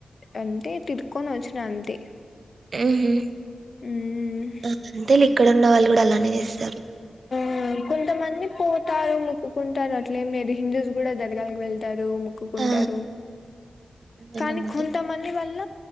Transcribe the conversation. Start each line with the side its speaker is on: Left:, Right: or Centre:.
Left: అంతే తిరుకొని వచ్చినా అంతే
Right: మ్
Left: మ్మ్
Right: అంతేలె ఇక్కడ న్నళ్ళు కూడా అలానే చేస్తారు
Left: ఆ కొంతమంది పోతారు మొక్కుకుంటారు అట్లేం లేదు హిందూస్ కూడా దరగాలకి వెళ్తారు మొక్కుకుంటారు
Right: ఆ కొందరు
Left: కానీ
Right: నమ్ముతారు.
Left: కొంత మంది వల్ల